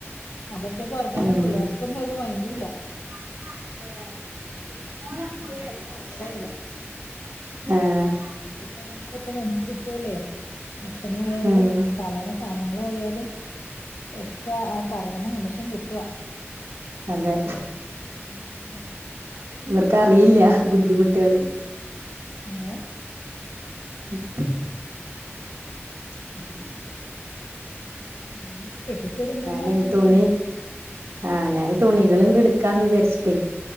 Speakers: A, on the left (about 80°); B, on the right (about 80°).
A: അതൊക്കെ പറഞ്ഞാലും
B: ഉം
A: പിള്ളേർക്കൊന്നും ഒരു മൈൻറും ഇല്ല.
B: <unintelligible>
A: അവർക്ക് അവരുടെ
B: ആഹ്
A: ഇർക്ക എല്ലാം ഇപ്പൊ മുുമ്പ് കിട്ടൂല്ലേ ഭക്ഷണയാലും.
B: ഉം
A: പറയാന സാധനങ്ങള ആയാലും എക്കെ ആ പറയണ നിമിഷം കിട്ടുവ.
B: അതെ
A: ഉം
B: ഇവർക്കറിയില്ല
A: നമ്മളൊക്കെ
B: ബുദ്ധിമുട്ടൊകള്.
A: ഏ
B: ഉം <unintelligible>
A: ഉം ഇവരെയൊക്കെ കെട്ടിച്ചു വിടണ്ടേന്ന്
B: ഞൻ
A: ഓർക്കുമ്പഴാണ്.
B: തുണി. ആഹ് ഞാന്ഇ തുണികള് എടുക്കാന്ന് വിചാച്ചിട്ടേ.